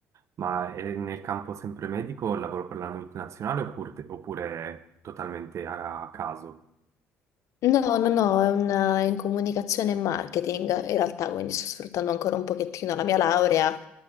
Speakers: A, on the right; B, on the left.
A: ma è nel campo sempre medico, lavoro per la multinazionale oppure, oppure totalmente a, a caso?
B: No, no, no, è, una- è in comunicazione e marketing in realtà, quindi sto sfruttando ancora un pochettino la mia laurea